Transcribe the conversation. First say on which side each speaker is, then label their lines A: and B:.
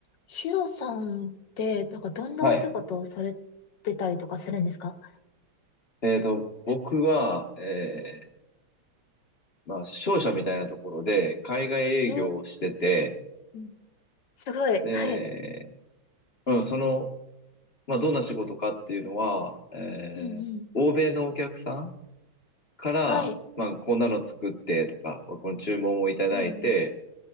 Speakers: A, on the left; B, on the left.
A: ヒロさんって、なんかどんなお仕事をされてたりとかするんですか
B: はい。えっと、僕は、えーまあ、商社みたいなところで、海外営業をしてて、
A: えー、うんすごい。
B: で、
A: はい。
B: うん、その、まあ、どんな仕事かっていうのは、えー欧米のお客さん
A: うんうん。
B: から、
A: はい。
B: まあ、こんなの作ってとか、この注文をいただいて、
A: うんうん。